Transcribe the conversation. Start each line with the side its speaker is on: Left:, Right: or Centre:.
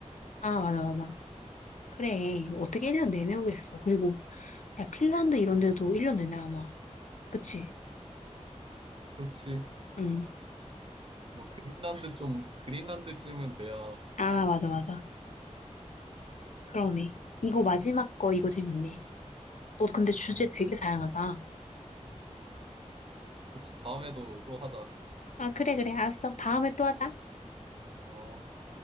Left: 아, 맞아, 맞아. 그래. 어떻게 1년 내내 오겠어. 그리고, 야, 핀란드 이런 데도 1년 내내 안 와. 그치?
Right: 그렇지.
Left: 응.
Right: 뭐, 그린란드 좀, 그린란드쯤은 돼야.
Left: 아, 맞아, 맞아. 그러네. 이거 마지막 거, 이거 재밌네. 너 근데 주제
Right: 음,
Left: 되게 다양하다.
Right: 그렇지. 다음에도 또 하자.
Left: 아, 그래, 그래. 알았어. 다음에 또 하자.
Right: 어.